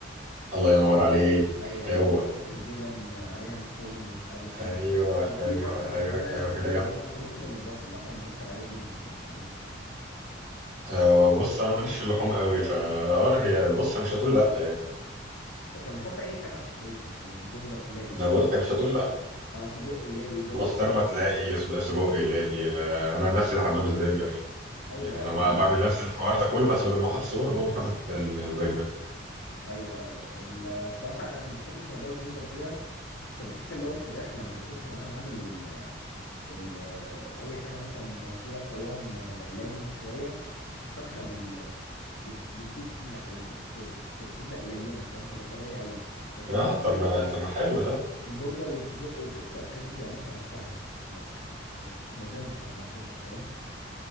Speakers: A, on the right; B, on the left.
A: الله ينور عليك
B: ايوه اللي
A: هو
B: هو تصلات الجبن عليها لحوم ومش عارف
A: أيوه
B: ايه كان في
A: أيوه
B: واحده بحبها
A: أيوه أيوه
B: هناك
A: كده
B: قوي
A: جنبك
B: اللي هي بتاعت اللحمه بالبصل اللحمه بالبصل عليها جبن دي كانت بتعجبني الصراحه
A: آه، بص أنا ماليش في اللحوم قوي فا آه هي بص مش هتقول لأ يعني
B: وكان بيحط اي حاجه حرفيا زنجر تلاقي
A: أنا بقول لك هي مش هتقول
B: تلاقي
A: لأ
B: اه سجق يلاقي برجر
A: بسطرمة تلاقي سب- سجق يلاقي آه، أنا نفسي بحبها بالزنجر
B: ايوه
A: يعني انا
B: اه
A: ما بعمل نفس الحوار ده كله بس بدل ما احط السجق بقوم حاطط ال- الزنجر
B: ايوه آه. الصراحه انا ما بحبش موضوع الزنجر فيها عشان بحس اللي هو الفراخ لما بيخش معاها عامل ال- اي حاجه مثلا فيها قوام آه، لين شويه بس الفرخه بال بت- بتدوب فيها او بت بت بتبدا لينه فاهم تبقى طريه قوي لكن
A: اه
B: البرجر
A: طب ما طب ما حلو ده
B: البرجر والسجق والكفته والحاجات دي بتبقى ماسكه نفسها ما بت- ما بتتنازلش عن موقفها فاهم